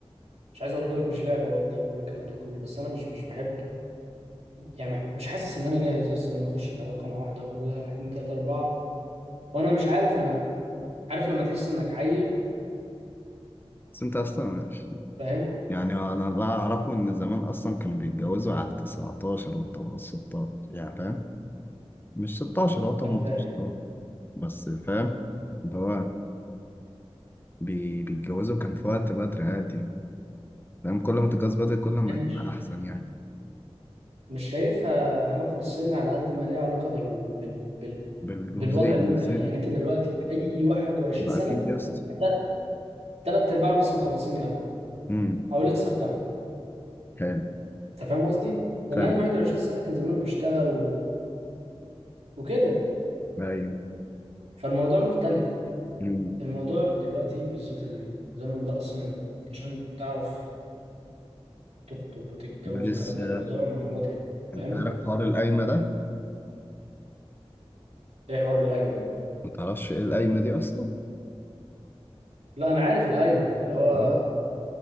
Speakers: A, on the right; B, on the left.
A: مش عايز اقول لك مش لعبه وافضل اقول لك الكلام ده كله بس انا مش مش بحب يعني مش حاسس ان انا جاهز يس ان انا اخش في علاقه مع واحده واقول لها واحد اتنين تلاته اربعه وانا مش عارف انا عارف لما تحس انك عيل
B: بس انت اصلا ماشي
A: فاهم
B: يعني انا اللي اعرفه ان زمان اصلا كانوا بيتجوزوا على ال 19 وال 16 يعني فاهم مش 16 هو 18
A: انا فاهم
B: اه بس فاهم اللي هو بي- بيتجوزوا كان في وقت بدري عادي فاهم كل ما تتجوز بدري كل ما
A: ده مش
B: تبقى احسن يعني
A: مش شايفها علاقه بالسن على قد ما ليها علاقه بال بال بال
B: بالجهوزية
A: بالوضع
B: النسائية
A: اللي انت فيه يعني انت دلوقتي اي 21
B: ما
A: سنه
B: اكيد يا اسطى
A: تل- تلات ارباعهم لسه مخلصين جامعه
B: امم
A: او لسه في جامعه
B: حلو
A: انت فاهم قصدي؟ زمان
B: فاهم
A: 21 سنه كان زمانه بيشتغل و... وكده
B: ايوه
A: فالموضوع مختلف
B: امم
A: الموضوع دلوقتي بالذات الزمن ده اصلا عشان تعرف تخطب وتتجوز
B: ولسه
A: والكلام ده الموضوع متعب فاهم
B: انت عارف حوار القايمة ده
A: ايه حوار القايمه ده
B: ما تعرفش ايه القايمة دي اصلا
A: لا انا عارف القايمه اللي هو
B: إمم.